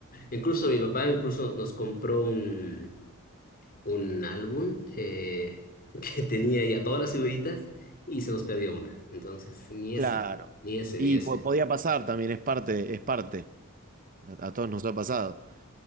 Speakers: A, on the left; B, on the right.
A: incluso mi papá incluso nos compró un, un álbum eh, que <laughs> tenía ya todas las figuritas y se nos perdió una. Entonces, ni
B: Claro.
A: ese, ni ese,
B: Y
A: ni ese.
B: po- podía pasar también, es parte, es parte. a a todos nos ha pasado.